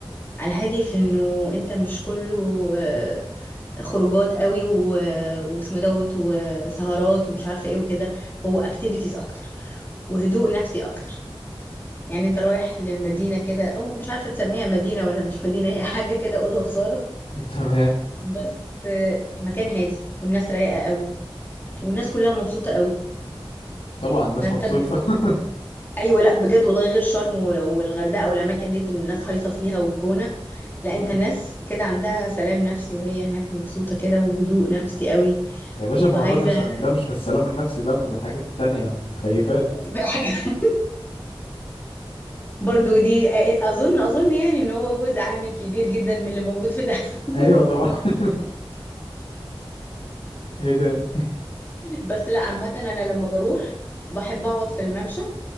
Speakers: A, on the left (about 20°); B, on the left (about 85°).
A: على هادي في انه انت مش كله آه، خروجات قوي و- واسمه دوت وسهرات ومش عارفه ايه وكده هو اكتيفيتيز اكتر وهدوء نفسي اكتر يعني انت رايح لمدينه كده او مش عارفه تسميها مدينه ولا مش مدينه هي حاجه كده اوضه وصاله
B: <laughs> تمام
A: بس مكان هادي والناس رايقه قوي والناس كلها مبسوطه قوي
B: طبعا الناس
A: فانت
B: مبسوطة
A: بتروح ايوه لا بجد والله غير شرم والغردقه والاماكن ديت إن الناس هايصه فيها والجونه لا
B: <laughs> مم.
A: انت الناس كده عندها سلام نفسي وهي هناك مبسوطه كده وهدوء نفسي قوي
B: يا باشا
A: وعايزه
B: ما هو ده مش ده مش من السلام النفسي ده من الحاجات التانية مكيفات
A: <laughs> بالحاجه برضو دي اظن اظن يعني ان هو جزء عامل كبير جدا من اللي موجود في دهب
B: <laughs>
A: <laughs>
B: ايوه طبعا <laughs> ايه تاني
A: بس لا عامه انا لما بروح بحب اقعد في الممشى